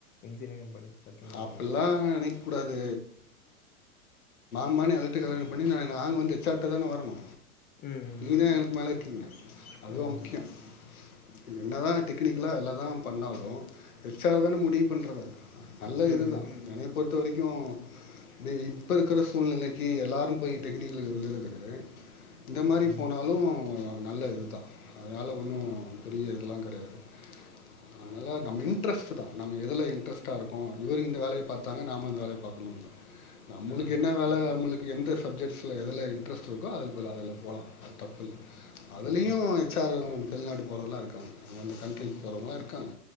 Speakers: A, on the left; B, on the left.
A: இன்ஜினியரிங் படிச்சு கத்துனு வந்துருவே
B: அப்படிலாம் நினைக்கக்கூடாது இந்த மாரி நா எலக்ட்ரிக்கல் எல்க்ட்ரானிக் பண்ணி நா நாங்க வந்து ஹெச் ஆர் ட்டதான வரணு
A: ம்.
B: நீதா எனக்கு மேல இருக் அதுதா
A: ஆமாமா.
B: முக்கியோ ம் என்னதா டெக் னிக்கலா என்னதா பண்ணாலு ஹெச் ஆர் தான முடிவு பண்றது நல்ல
A: ம்.
B: இதுதா என்னய பொறு த்த வரைக்கு இது இப்ப இருக்குற சூழ்நிலைக்கி எல்லாரு போய் டெக்னிக்கலுக்கு விழறதுக்கு இந்த மாரி
A: ம்.
B: போனாலு நல்ல இதுதா அதனால ஒண்ணு பெரிய இதல்லா கெடையாது அதனால நம்ம இன்ட்ரெஸ்ட்டுதா நம்ம எதுல இன்ட்ரெஸ்டா இருக்கோ இவரு இந்த வேலய பாத்தாங்க நாம இந்த வேலய பாக்கணுன்னு இல்ல நம்மளுக்கு
A: ஆ.
B: என்ன வேல நம்மளுக் கு எந்த சப்ஜெக்ட்ஸ்ல எதுல இன்ட்ரெஸ்ட் இருக்கோ அதுல போலா அதுல போலா அது தப்பில்ல அதுலயு
A: ஓகே.
B: ஹெச் ஆரு அவுங்க வந்து வெளிநாடு போறதல்லா இருக்காங்க அது அந்த ட்ரிக்கி
A: ஆமா.
B: போறவங்கல்லா இருக்காங்க